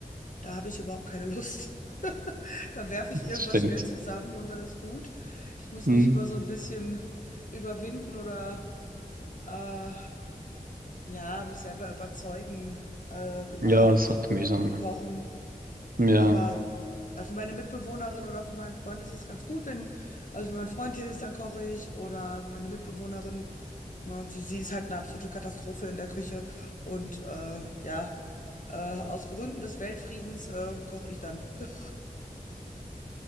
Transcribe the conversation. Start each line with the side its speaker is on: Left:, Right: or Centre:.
Left: da habe ich überhaupt keine Lust. <laughs> Da werfe
Right: <laughs>
Left: ich irgendwas
Right: Stimmt.
Left: schnell zusammen und dann ist gut. Ich muss
Right: Hm.
Left: mich immer so ein bisschen überwinden oder Äh, ja, mich selber überzeugen, äh, überhaupt
Right: Ja, es hat mühsam.
Left: zu kochen.
Right: Ja.
Left: Aber äh, für meine Mitbewohnerin oder für meinen Freund ist es ganz gut, wenn, also wenn mein Freund hier ist, dann koche ich. Oder wenn meine Mitbewohnerin, ne, sie, sie ist halt eine absolute Katastrophe in der Küche. Und äh, ja, äh, aus Gründen des Weltfriedens äh, koche ich dann. <laughs>